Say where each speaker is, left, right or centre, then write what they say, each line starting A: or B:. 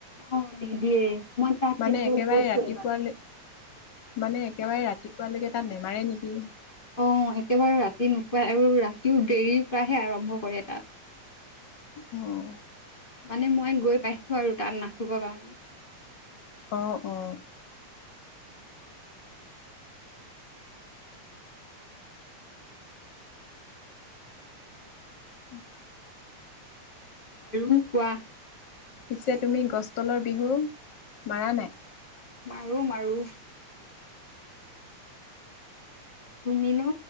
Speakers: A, on the left (about 20°); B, on the left (about 50°).
A: অ'নিদিয়ে, মই তাত
B: মানে
A: কিন্তু
B: একেবাৰে
A: গৈছোঁ
B: ৰাতিপুৱালৈ
A: এবাৰ।
B: মানে একেবাৰে ৰাতিপুৱালৈকে তাত নেমাৰে নেকি?
A: অ', একেবাৰে ৰাতি নোপোৱাই, আৰু ৰাতিও দেৰি পৰাহে আৰম্ভ কৰে তাত।
B: উম্।
A: মানে মই গৈ পাইছোঁ আৰু তাত নাচিবৰ কাৰণে।
B: অ', অ'। উম্
A: আৰু কোৱা।
B: পিছে তুমি, গছ তলৰ বিহু মাৰা নাই?
A: মাৰোঁ মাৰোঁ। তুমিনো